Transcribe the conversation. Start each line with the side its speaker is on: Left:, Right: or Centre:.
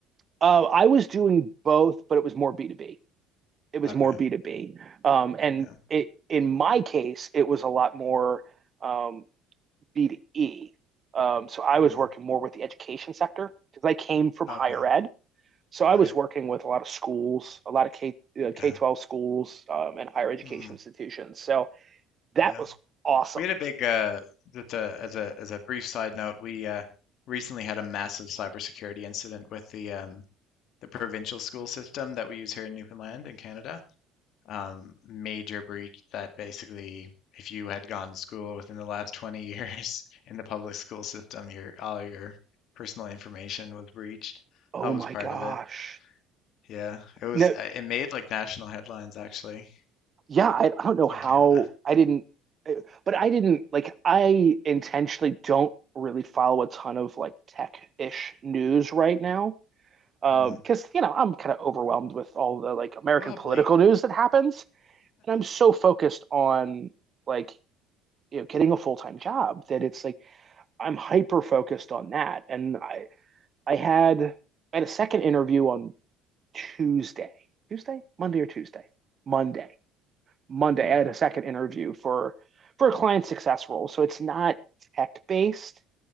Right: uh, I was doing both, but it was more B two B. It was
Left: Okay.
Right: more B two B, Um, and
Left: Yeah.
Right: it in my case, it was a lot more um, B to E. Um, so I was
Left: Mm,
Right: working more with the education sector because I came from
Left: okay.
Right: higher ed. So I
Left: Right.
Right: was working with a lot of schools, a lot of K uh,
Left: Okay.
Right: K twelve schools um, and higher education
Left: Mm,
Right: institutions. So that
Left: yeah.
Right: was awesome.
Left: We had a big uh just a, as a as a brief side note, we uh recently had a massive cybersecurity incident with the um the provincial school system that we use here in Newfoundland and Canada. Um, major breach that basically, if you had gone to school within the last 20 <laughs> years in the public school system, your all your personal information was breached.
Right: Oh
Left: I was
Right: my
Left: part
Right: gosh!
Left: of it. Yeah, it was.
Right: No,
Left: uh, It made like national headlines actually
Right: yeah, I, I don't know how
Left: in Canada.
Right: I didn't, uh, but I didn't like I intentionally don't really follow a ton of like tech-ish news right now because
Left: Mm.
Right: um, you know I'm kind of overwhelmed with all the like American
Left: A little
Right: political
Left: bleak.
Right: news that happens. and I'm so focused on like you know getting a full time job that it's like I'm hyper focused on that. And I I had I had a second interview on Tuesday, Tuesday, Monday or Tuesday, Monday, Monday.
Left: Mm.
Right: I had a second interview for for a client success role, so it's not tech based.